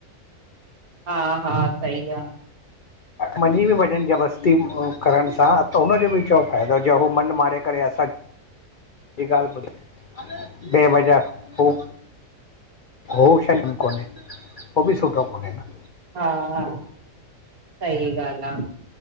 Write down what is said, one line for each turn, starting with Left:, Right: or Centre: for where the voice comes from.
Right: हा हा, सई आ।
Left: मंञीं बि वंञनि जबरस्ती करण सां त हुनजो बि छा फ़ाइदो जो हू मनु मारे करे असांखे
Right: <inaudible>
Left: ॿी ॻाल्हि ॿुधयो बे वजा पोइ <unintelligible> हो शभ कोनहे, हू बि सुठो कोन एं का।
Right: हाम्म सही ॻाल आ।